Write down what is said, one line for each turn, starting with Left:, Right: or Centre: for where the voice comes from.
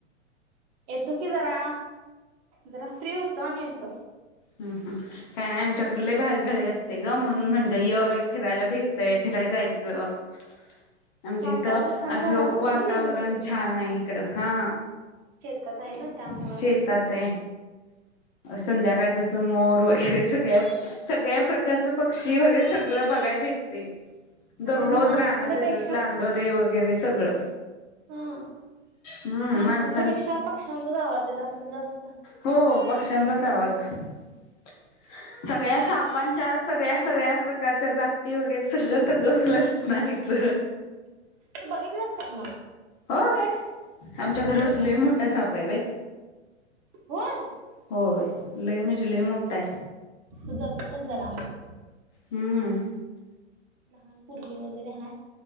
Right: येतो की जरा जरा फ्री होतो आणि येतो
Left: हम् हम् काय नाही आमच्याकडले भारी भारी असते ग म्हणून म्हणत य फिरायला भेटतय फिरायला जायचं <unintelligible> म्हणजे
Right: वातावरण
Left: इथ
Right: छान
Left: असं
Right: झालं असेल
Left: वातावरण
Right: ग नाही तुमच्या तिकडं
Left: छान आहे इकडं हा
Right: ात आहे ना त्यामुळं
Left: शेतात संध्याकाळच असं मोर वगैरे सगळ्या सगळ्या प्रकारचं पक्षी वगैरे सगळं बघाय भेटते दररोज
Right: आणि तिथं माणसांच्या
Left: राहण्यात येते
Right: पेक्षा
Left: लांडोरे वगैरे सगळं
Right: हा
Left: हम्म
Right: आणि माणसांच्या
Left: माणसां
Right: पेक्षा पक्ष्यांचाच आवाज येत असेल जास्त
Left: हो पक्ष्यांचाच आवाज हा सगळ्या सापांच्या सगळ्या सगळ्या प्रकारच्या जाती वगैरे सगळं सगळं सुल असणार इथ
Right: तू बघितलंस काय मग
Left: हो आमच्या घर
Right: होय
Left: बसलो
Right: काय
Left: आहे मोठा सपा आहे बाय
Right: बण
Left: होय लई म्हणजे लय मोठा आहे
Right: फुजपूण जरा आमत
Left: हम्म
Right: लहान परग वगैरे हा